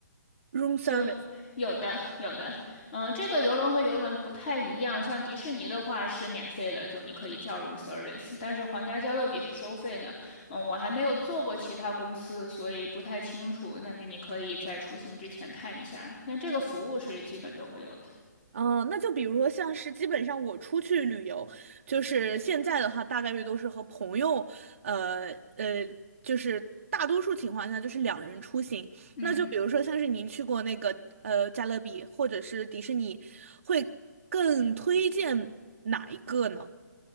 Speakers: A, on the right; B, on the left.
A: room service。
B: 就有的有的，嗯，这个游轮和游轮不太一样，像迪士尼的话是免费的，就你可以叫 room service，但是皇家加勒比是收费的。嗯，我还没有做过其他公司，所以不太清楚，但是你可以在出行之前看一下。那这个服务是基本都会有的。
A: 嗯，呃那就比如说，像是基本上我出去旅游，就是现在的话，大概率都是和朋友，呃呃，就是大多数情况下就是两人出行。
B: 嗯。
A: 那就比如说，像是您去过那个呃加勒比或者是迪士尼，会更推荐哪一个呢？